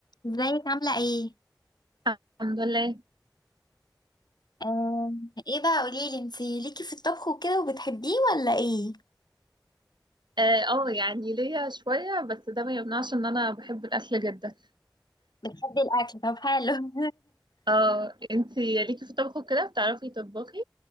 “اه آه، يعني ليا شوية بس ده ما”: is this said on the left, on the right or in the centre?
Right